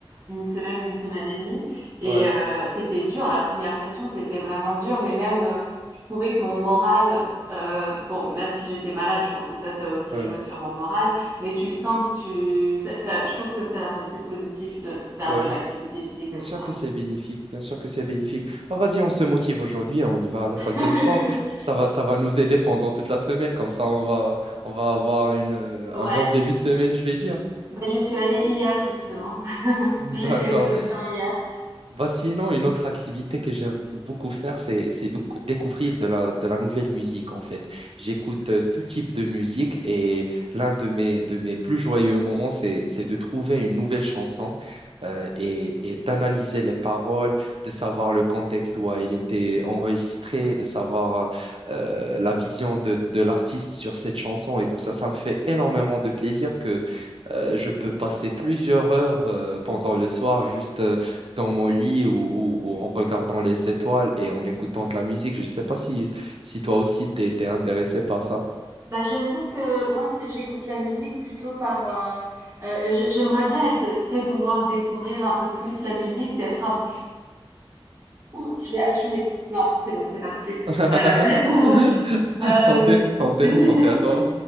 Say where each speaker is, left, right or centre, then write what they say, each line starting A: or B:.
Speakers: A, on the right (about 30°); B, on the right (about 75°).
A: une semaine, une semaine et demie. Et
B: ouais.
A: euh, c'était dur, la première session, c'était vraiment dur. Mais même, euh, je trouvais que mon moral, euh, bon, même si j'étais malade, je pense que ça, ça a aussi
B: ouais.
A: joué sur mon moral. Mais tu sens que tu... Ça, ça- je trouve que ça rend plus positif de faire
B: Ouais,
A: de l'activité physique
B: bien
A: comme
B: sûr
A: ça.
B: que c'est bénéfique, bien sûr que c'est bénéfique. Bah, vas-y, on se motive aujourd'hui, hein, on y va à la
A: <laughs>
B: salle de sport. Ça va, ça va nous aider pendant toute la semaine, comme ça on va, on va avoir une, euh,
A: Ouais.
B: un bon début de semaine, je vais dire.
A: Bah, j'y suis allée hier justement. <laughs>
B: <laughs>
A: J'ai
B: D'accord.
A: fait une session hier.
B: Bah, sinon, une autre activité que j'aime beaucoup faire, c'est c'est de- découvrir de la, de la nouvelle musique, en fait. J'écoute euh, tout type de musique et l'un de mes, de mes plus joyeux moments, c'est c'est de trouver une nouvelle chanson euh, et, et d'analyser les paroles, de savoir le contexte où elle était enregistrée, de savoir euh, euh, la vision de, de l'artiste sur cette chanson et tout ça. Ça me fait énormément de plaisir que euh, je peux passer plusieurs heures euh, pendant le soir juste euh, dans mon lit ou, ou- ou en regardant les étoiles et en écoutant de la musique. Je ne sais pas si, si toi aussi t'es, t'es intéressé par ça.
A: Bah, j'avoue que moi c'est- j'écoute la musique plutôt par. euh, euh, j- j'aimerais bien être, tu sais, vouloir découvrir un peu plus la musique, d'être un. Ouh, je vais attumer. Non, c'est bon, c'est parti.
B: <laughs>
A: Euh, <laughs> Euh,
B: Santé, santé,
A: oui,
B: santé
A: merci.
B: à toi.